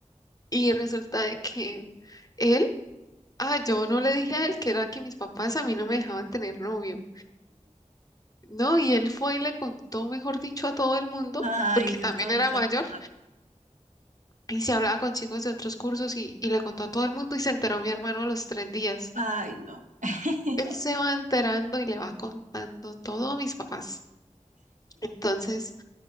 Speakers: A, on the left (about 30°); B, on the right (about 85°).
A: Y resulta de que él, ah, yo no le dije a él que era que mis papás a mí no me dejaban tener novio. No, y él fue y le contó, mejor dicho, a todo el mundo,
B: Ay,
A: porque
B: Dios,
A: también
B: todos
A: era
B: se
A: mayor,
B: enteraron.
A: y se hablaba con chicos de otros cursos y, y le contó a todo el mundo y se enteró mi hermano a los tres días.
B: Ay, no. <laughs>
A: Él se va enterando y le va contando todo a mis papás. Entonces,